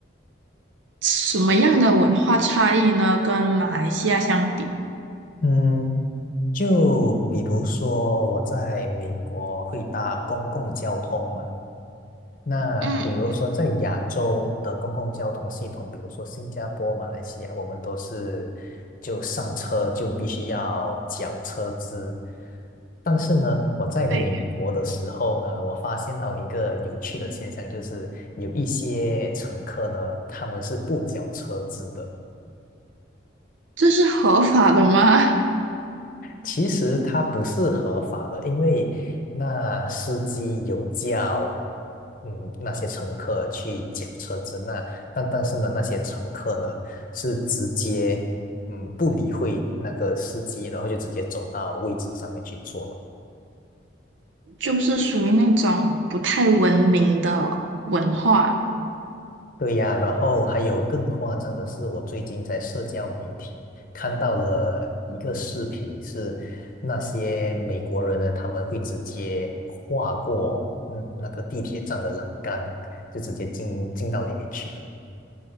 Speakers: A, on the right; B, on the left.
A: 什么样的文化差异呢？跟马来西亚相比，
B: 嗯，就比如说我在美国会搭公共交通嘛。那比如说，
A: 嗯，
B: 在亚洲的公共交通系统，比如说新加坡、马来西亚，我们都是就上车就必须要缴车资。但是呢，我在美国的时候呢，
A: 对，
B: 我发现到一个有趣的现象，就是有一些乘客呢，他们是不缴车资的。
A: 这是合法的吗？
B: 其实它不是合法的，因为那司机有叫，嗯，那些乘客去缴车子，那但但是呢，那些乘客呢是直接，嗯，不理会那个司机，然后就直接走到位置上面去坐了。
A: 就是属于那种不太文明的文化，
B: 对呀，然后还有更夸张的是，我最近在社交媒体看到了一个视频，是那些美国人呢，他们会直接跨过嗯那个地铁站的栏杆，就直接进进到里面去了。